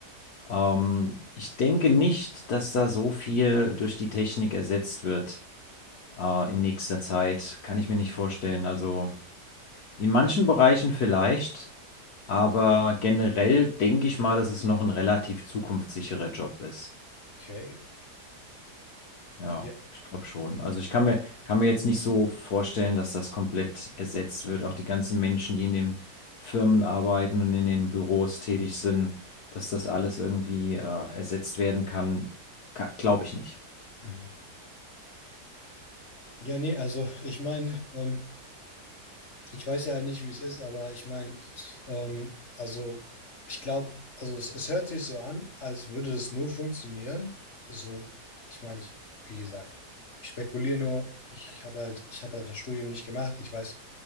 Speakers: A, on the left; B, on the left.
A: Ähm, ich denke nicht, dass da so viel durch die Technik ersetzt wird äh, in nächster Zeit. Kann ich mir nicht vorstellen. Also in manchen Bereichen vielleicht, aber generell denke ich mal, dass es noch ein relativ zukunftssicherer Job ist.
B: Okay.
A: Ja,
B: Ja.
A: ich glaube schon. Also ich kann mir, kann mir jetzt nicht so vorstellen, dass das komplett ersetzt wird. Auch die ganzen Menschen, die in den Firmen arbeiten und in den Büros tätig sind, dass das alles irgendwie äh, ersetzt werden kann, ka glaube ich nicht.
B: Mhm. Ja, nee, also ich meine, ähm, ich weiß ja halt nicht, wie es ist, aber ich meine, ähm, also ich glaube, also es, es hört sich so an, als würde es nur funktionieren. Also, ich meine, ich, wie gesagt, ich spekuliere nur, ich habe halt, ich habe halt das Studium nicht gemacht. Ich weiß